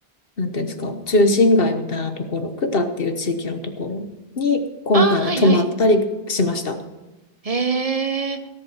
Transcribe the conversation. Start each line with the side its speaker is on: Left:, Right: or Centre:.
Left: う、なんていうんですか、中心街みたいなところ、クタっていう地域のところに今回は泊まったりしました。
Right: ああ、はいはい。ええ、